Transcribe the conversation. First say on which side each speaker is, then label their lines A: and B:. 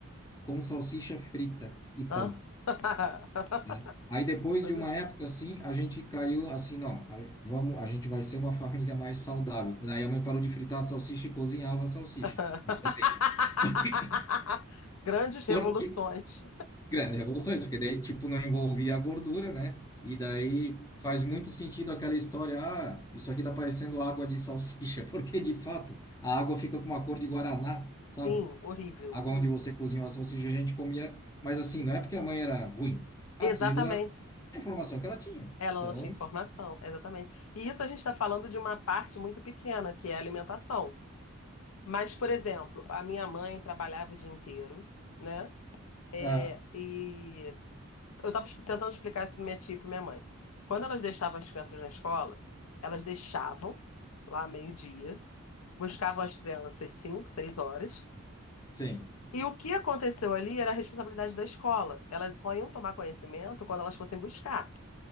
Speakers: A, on the left (about 15°); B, on the left (about 80°).
A: com salsicha frita e pão,
B: Hã? <laughs>
A: né? Aí, depois
B: Pois
A: de uma
B: é.
A: época assim, a gente caiu assim: não, a, vamos, a gente vai ser uma família mais saudável. Daí a mãe parou de fritar a salsicha e cozinhava a salsicha.
B: <laughs>
A: Veja bem. <laughs>
B: Grandes revoluções.
A: Porque Grandes revoluções, porque daí, tipo, não envolvia a gordura, né? E daí faz muito sentido aquela história, ah, isso aqui tá parecendo água de salsicha, <laughs> porque de fato a água fica com uma cor de guaraná, sabe?
B: Sim, horrível.
A: A Água onde você cozinhou a salsicha, a gente comia, mas assim, não é porque a mãe era ruim. Aquilo
B: Exatamente.
A: é a informação que ela tinha.
B: Ela
A: Então,
B: não tinha informação, exatamente. E isso a gente está falando de uma parte muito pequena, que é a alimentação. Mas, por exemplo, a minha mãe trabalhava o dia inteiro, né? É,
A: ah,
B: e eu estava tentando explicar isso para minha tia e para minha mãe. Quando elas deixavam as crianças na escola, elas deixavam lá meio-dia, buscavam as crianças cinco, seis horas.
A: sim,
B: E o que aconteceu ali era a responsabilidade da escola. Elas só iam tomar conhecimento quando elas fossem buscar.